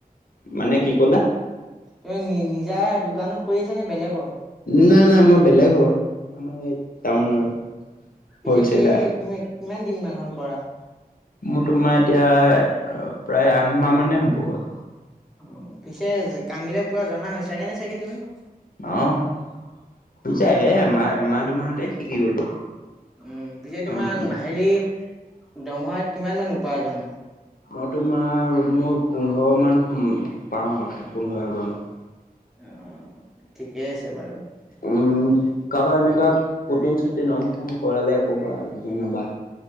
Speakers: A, on the left; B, in the centre.
A: মানে কি কলা?
B: তুমি নি-নিজা দোকানত কৰি আছা নে বেলেগৰ?
A: নাই নাই মই বেলেগ হয়, আমাৰ এই টাউনৰে।
B: পিছে
A: হলচেলাৰ
B: কি কি-কিমান দিন মান হ'ল কৰা?
A: মোৰ তোমাৰ এতিয়া প্ৰায় আঠমাহ মানে হ'ব হ'ল।
B: উ, পিছে কামবিলাক পুৰা জনা হৈছাগে নে চাগে তুমি?
A: অ' হৈ যায় হে এমাহ এমাহ দুমাহতে শিকি গ'লো।
B: উম, পিছে
A: কাম
B: তোমাৰ
A: চাম
B: মাহিলী দমৰ্হা কিমানমান উপাৰ্জন হয়?
A: মই তোমাৰ মোৰ পোন্ধৰমান পাওঁ পোন্ধৰ হেজাৰমান।
B: অ' ঠিকেই আছে বাৰু।
A: উম, কাবাৰ এনেকা পুটিন চুটিন ৰং চং কৰালে কবা, জনাবা।